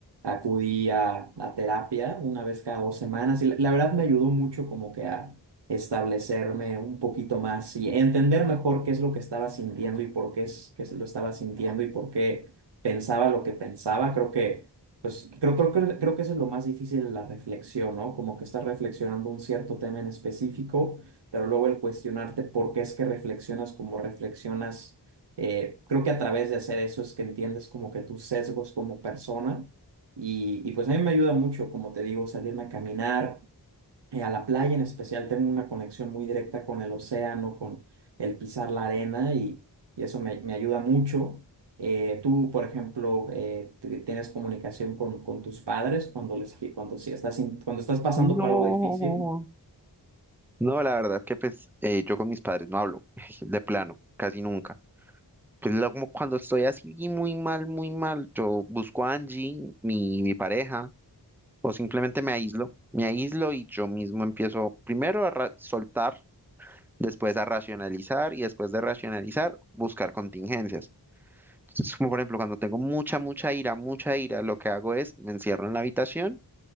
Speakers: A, on the right; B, in the centre.
A: acudí a, a terapia una vez cada dos semanas y la, la verdad me ayudó mucho como que a establecerme un poquito más y entender mejor qué es lo que estaba sintiendo y por qué es que lo estaba sintiendo y por qué pensaba lo que pensaba. Creo que pues creo, creo, creo, creo que eso es lo más difícil en la reflexión, ¿no? Como que estás reflexionando un cierto tema en específico, pero luego el cuestionarte por qué es que reflexionas como reflexionas, eh, creo que a través de hacer eso es que entiendes como que tus sesgos como persona y, y pues a mí me ayuda mucho, como te digo, salirme a caminar, eh, a la playa en especial tengo una conexión muy directa con el océano, con el pisar la arena y, y eso me, me ayuda mucho. Eh, tú, por ejemplo, eh, t- tienes comunicación con, con tus padres cuando les cuando sí estás in- cuando estás pasando
B: No,
A: por algo difícil.
B: no, la verdad que pues eh, yo con mis padres no hablo, <laughs> de plano, casi nunca. Pues la- como cuando estoy así muy mal, muy mal, yo busco a Angie, mi, mi pareja, o simplemente me aíslo. Me aíslo y yo mismo empiezo primero a ra- soltar, después a racionalizar y después de racionalizar, buscar contingencias. Entonces, como por ejemplo, cuando tengo mucha, mucha ira, mucha ira, lo que hago es me encierro en la habitación,